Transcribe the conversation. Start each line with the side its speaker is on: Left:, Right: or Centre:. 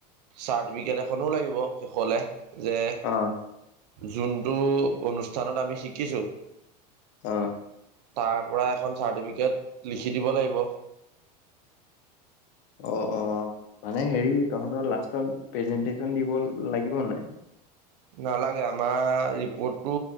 Right: চাৰ্টিফিকেট এখনো লাগিব শেষলে। যে
Left: অ
Right: যোনটো অনুষ্ঠানত আমি শিকিছো।
Left: অঁ!
Right: তাৰ পৰা এখন চাৰ্টিফিকেট লিখি দিব লাগিব।
Left: অ-অ মানে হেৰি তহঁতৰ লাষ্টত প্ৰেজেনটেচন দিব লাগিব নাই?
Right: নালাগে আমাৰ ৰিপৰ্টটো